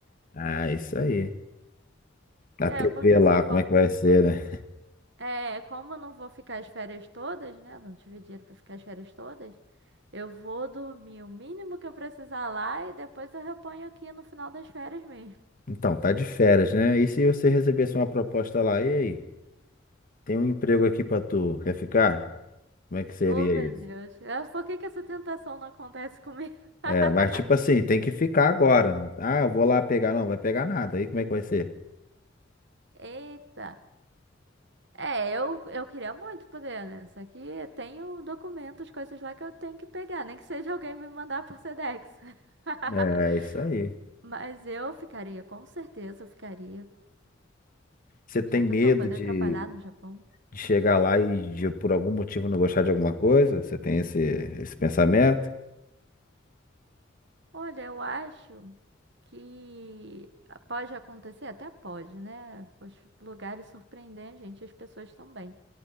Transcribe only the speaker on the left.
Ah, isso aí. A
TV
lá,
como é que vai ser, né?
Então, tá de férias, né? E se você recebesse uma proposta lá, e aí? Tem um emprego aqui pra tu, quer ficar? Como é que seria
isso?
É, mas tipo assim, tem que ficar agora. Ah, eu vou lá pegar. Não, vai pegar nada. Aí como é que vai ser?
É, isso aí.
Você tem
medo
de,
de chegar lá e de, por algum motivo não gostar de alguma coisa? Você tem esse, esse pensamento?